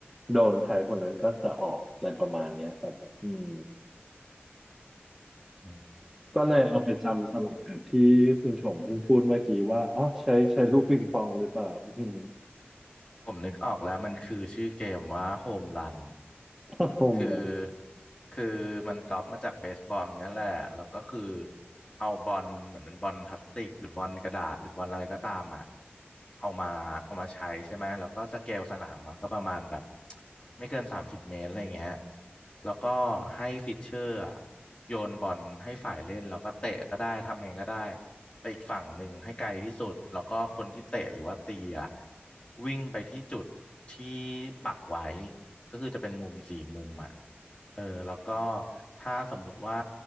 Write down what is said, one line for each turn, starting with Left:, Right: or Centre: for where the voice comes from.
Centre: โดนใครคนนั้นก็จะออกอะไรประมาณเนี้ยครับอืม
Left: อืม
Centre: ก็เลยเอาไปจำสลับกับที่คุณชงเพิ่งพูดเมื่อกี้ว่าอ๋อใช้ใช้ลูกปิงปองหรือเปล่าอืม
Left: ผมนึกออกแล้วมันคือชื่อเกมว่าโฮมรัน
Centre: <laughs> ก็คงแบบ
Left: คือคือมันก๊อปมาจากเบสบอลเนี่ยแหละแล้วก็คือเอาบอลเหมือนเป็นบอลพลาสติกหรือบอลกระดาษหรือบอลอะไรก็ตามอ่ะเอามาเอามาใช้ใช่ไหมแล้วก็สเกลสนามมันก็ประมาณแบบไม่เกินสามสิบเมตรอะไรเงี้ยแล้วก็ให้ฟิชเชอร์อะโยนบอลให้ฝ่ายเล่นแล้วก็เตะก็ได้ทำไงก็ได้ไปอีกฝั่งหนึ่งให้ไกลที่สุดแล้วก็คนที่เตะหรือว่าตีอะวิ่งไปที่จุดที่ปักไว้ ก็คือจะเป็นมุมสี่มุมอ่ะเออ แล้วก็ถ้าสมมุติว่า